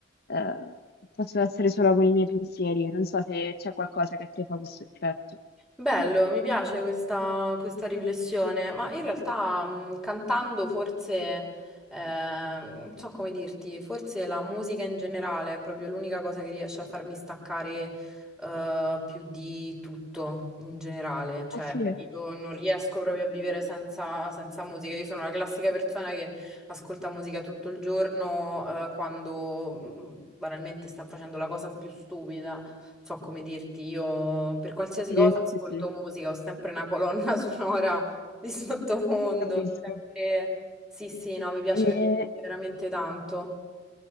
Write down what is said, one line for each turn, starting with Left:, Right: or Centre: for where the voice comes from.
Left: eh, posso essere sola con i miei pensieri. Non so se c'è qualcosa che a te fa questo effetto.
Centre: Bello, mi piace questa, questa riflessione, ma in realtà mh, cantando forse, eh, non so come dirti, forse la musica in generale è proprio l'unica cosa che riesce a farmi staccare, eh, più di tutto in generale, cioè
Left: Ah sì,
Centre: io non riesco proprio a vivere senza, senza musica, io sono la classica persona che ascolta musica tutto il giorno, eh, quando mh, banalmente sta facendo la cosa più stupida so come dirti, io per qualsiasi
Left: Sì,
Centre: cosa ascolto
Left: sì, sì,
Centre: musica, ho sempre una colonna <laughs> sonora di sottofondo,
Left: capisco.
Centre: sempre... Sì, sì, no, mi piace
Left: E
Centre: ver- veramente tanto.